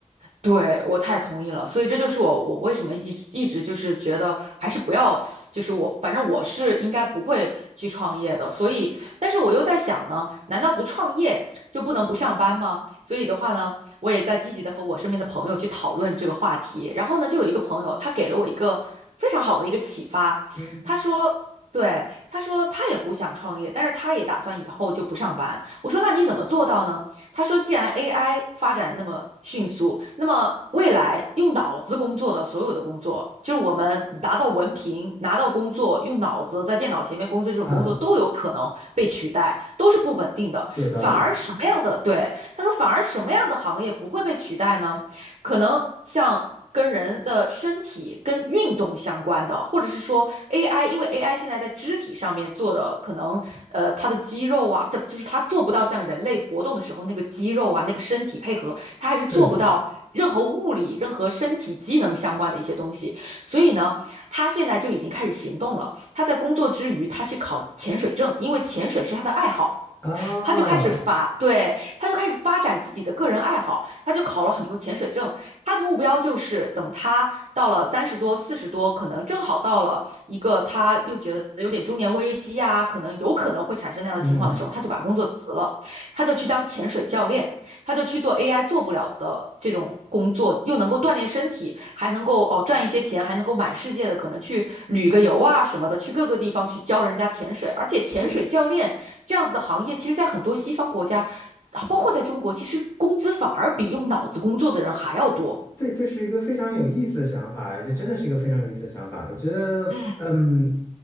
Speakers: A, on the right (about 60°); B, on the left (about 20°).
A: 对，我太同意了，所以这就是我我为什么一直一直就是觉得还是不要，就是我反正我是应该不会去创业的，所以但是我又在想呢，难道不创业就不能不上班吗？所以的话呢，我也在积极的和我身边的朋友去讨论这个话题，然后呢，就有一个朋友他给了我一个非常好的一个启发，
B: 嗯，
A: 他说。对，他说他也不想创业，但是他也打算以后就不上班。我说那你怎么做到呢？他说，既然 AI 发展得那么迅速，那么未来用脑子工作的所有的工作，就是我们拿到文凭、拿到工作，用脑子在电脑前面工作这种工作都有可能被取代，
B: 啊，
A: 都是不稳定的。
B: 有道理，
A: 反而什么样的，对，他说，反而什么样的行业不会被取代呢？可能像跟人的身体、跟运动相关的，或者是说 AI，因为 AI 现在在肢体上面做的，可能呃它的肌肉啊，它就是它做不到像人类活动的时候那个肌肉啊、那个身体配合，它还是做不到任何物理、
B: 对的
A: 任何身体机能相关的一些东西。所以呢，他现在就已经开始行动了。他在工作之余，他去考潜水证，因为潜水是他的爱好。
B: 啊，
A: 他就开始发，对，他就开始发展自己的个人爱好，他就考了很多潜水证，他的目标就是等他到了三十多、四十多，可能正好到了一个他又觉得有点中年危机啊，可能有可能会产生那样的情况的时候，
B: 嗯。
A: 他就把工作辞了，他就去当潜水教练，他就去做 AI 做不了的这种工作，又能够锻炼身体，还能够哦赚一些钱，还能够满世界的可能去旅个游啊什么的，去各个地方去教人家潜水，而且潜水教练这样子的行业，
B: 这。
A: 其实在很多西方国家。啊，包括在中国，其实工资反而比用脑子工作的人还要多。
B: 对，这是一个非常有意思的想法，这真的是一个非常有意思的想法。我觉得，
A: 嗯
B: 嗯，